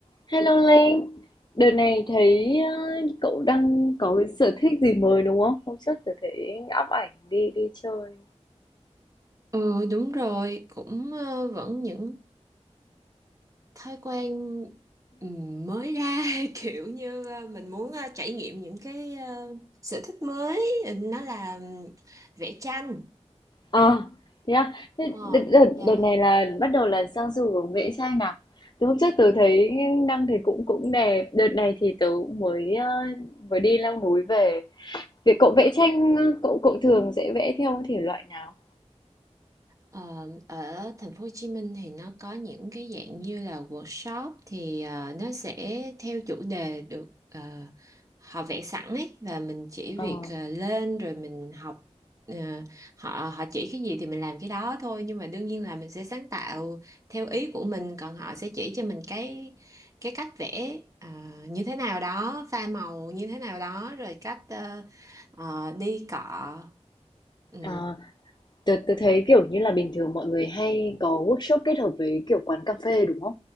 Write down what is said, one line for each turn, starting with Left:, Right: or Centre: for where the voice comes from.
Left: Hello Linh, đợt này thấy ờ, cậu đang có cái sở thích gì mới đúng không? Hôm trước tôi thấy up ảnh đi đi chơi.
Right: Ừ đúng rồi cũng ờ, vẫn những thói quen ừm, mới ra <laughs> kiểu như ờ, mình muốn ờ, trải nghiệm những cái ờ, sở thích mới nó là ừm, vẽ tranh
Left: À, thế à? Thế
Right: ờ
Left: đợt, đợt,
Right: dạ
Left: đợt này là bắt đầu là sang du hướng vẽ tranh nào? Từ hôm trước tôi thấy đăng thì cũng cũng đẹp. Đợt này thì tớ cũng mới ờ, mới đi leo núi về. Vậy cậu vẽ tranh, cậu cậu thường sẽ vẽ theo thể loại nào?
Right: Ờ, ở thành phố Hồ Chí Minh thì nó có những cái dạng như là workshop thì ờ, nó sẽ theo chủ đề được ờ, họ vẽ sẵn ấy và mình chỉ
Left: Ờ,
Right: việc ờ, lên rồi mình học ờ, họ họ chỉ cái gì thì mình làm cái đó thôi nhưng mà đương nhiên là mình sẽ sáng tạo theo ý của mình còn họ sẽ chỉ cho mình cái cái cách vẽ ờ, như thế nào đó pha màu như thế nào đó rồi cách ờ, ờ, đi cọ Ừ,
Left: à, Tớ, tớ thấy kiểu như là bình thường mọi người hay có workshop kết hợp với kiểu quán cà phê đúng không?